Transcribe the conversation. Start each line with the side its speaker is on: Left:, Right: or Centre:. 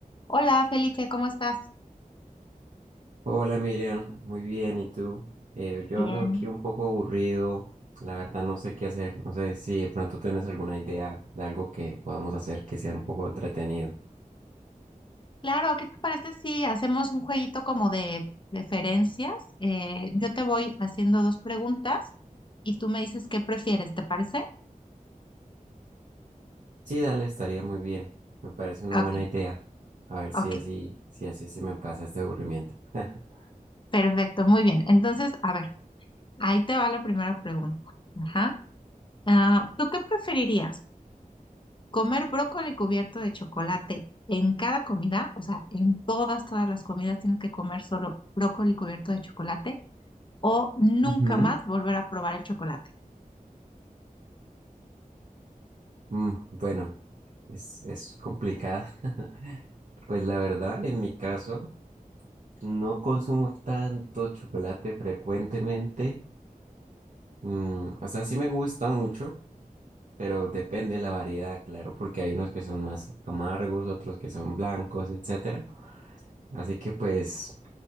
Left: Hola Felipe, ¿cómo estás?
Right: Hola Miriam, muy bien, ¿y tú? Eh, yo
Left: Bien,
Right: ando aquí un poco aburrido, la verdad no sé qué hacer, no sé si de pronto tienes alguna idea de algo que podamos hacer que sea un poco entretenido.
Left: Claro, ¿qué te parece si hacemos un jueguito como de preferencias? Eh, yo te voy haciendo dos preguntas y tú me dices qué prefieres, ¿te parece?
Right: Sí, dale, estaría muy bien, me parece una
Left: Ok,
Right: buena idea, a ver
Left: ok,
Right: si así, si así se me pasa este aburrimiento. <laughs>
Left: perfecto, muy bien. Entonces, a ver, ahí te va la primera pregunta. Ajá. Ah, ¿tú qué preferirías? ¿Comer brócoli cubierto de chocolate en cada comida? O sea, en todas, todas las comidas tienes que comer solo brócoli cubierto de chocolate. o nunca
Right: Ujú.
Left: más volver a probar el chocolate.
Right: Mm, bueno, es, es complicada. <laughs> Pues la verdad, en mi caso, no consumo tanto chocolate frecuentemente. Mm, o sea, sí me gusta mucho, pero depende de la variedad, claro, porque hay unos que son más amargos, otros que son blancos, etcétera. Así que pues